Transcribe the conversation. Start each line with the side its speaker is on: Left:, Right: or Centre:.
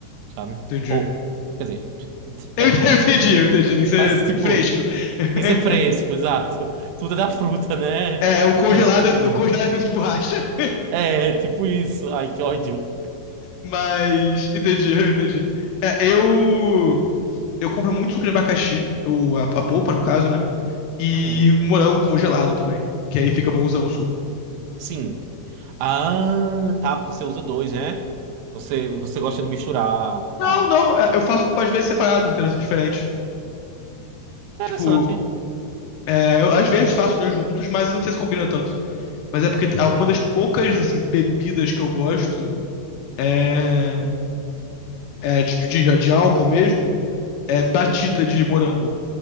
Right: sabe?
Left: entendi.
Right: Ou, quer dizer,
Left: Eu
Right: é,
Left: ent-
Right: é
Left: <laughs>
Right: da
Left: eu
Right: fruta,
Left: entendi,
Right: né?
Left: eu entendi. Tem que ser
Right: Mas,
Left: tem
Right: tipo.
Left: que ser fresco. <laughs>
Right: Tem que ser fresco, exato. Tudo é da fruta, né?
Left: É, o congelado,
Right: <laughs> Tudo.
Left: é- o congelado é feito de borracha. <laughs>
Right: É, tipo isso. Ai, que ódio.
Left: Mas. Entendi, eu entendi. É, eu. Eu compro muito suco de abacaxi, o a, a polpa, no caso, né? E
Right: Uhum.
Left: morango congelado também. Que aí fica bonzão o suco.
Right: Sim. Ah, tá, porque você usa dois, né? Você, você gosta de misturar,
Left: Não,
Right: tá.
Left: não, é, eu faço às vezes separados, entendeu? diferentes.
Right: Interessante.
Left: Tipo, é, eu às vezes faço dois juntos, mas não sei se combina tanto. Mas é porque
Right: Uhum.
Left: uma das poucas, assim, bebidas que eu gosto é, é de, de, de álcool mesmo, é batida de morango.